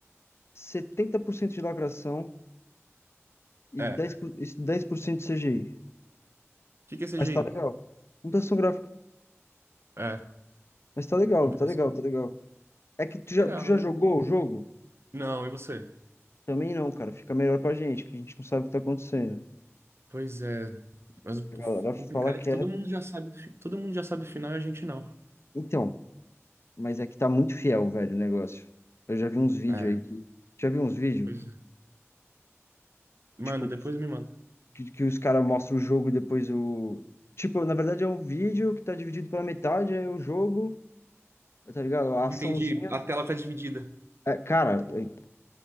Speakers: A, on the left; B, on the right.
A: 70% de lacração e
B: É.
A: dez
B: O
A: por- e 10% de CGI.
B: que que é CGI?
A: Mas tá legal. Computação gráfica.
B: É,
A: Mas tá legal,
B: computação.
A: tá legal, tá legal. É que tu já,
B: Legal,
A: tu já
B: né?
A: jogou o jogo?
B: Não, e você?
A: Também não, cara. Fica melhor pra gente, que a gente não sabe o que tá acontecendo.
B: Pois é, mas o
A: A galera
B: o complicado
A: fala que
B: é que todo
A: é.
B: mundo já sabe, o fi- todo mundo já sabe o final e a gente não.
A: Então, mas é que tá muito fiel, velho, o negócio. Eu já vi uns vídeos
B: É,
A: aí que. Já vi uns vídeos?
B: pois é. Manda,
A: Tipo,
B: depois me manda.
A: que, que os caras mostram o jogo e depois o. Tipo, na verdade é um vídeo que tá dividido pela metade, é o jogo, tá ligado? A
B: Entendi,
A: açãozinha.
B: a tela tá dividida.
A: É, cara, é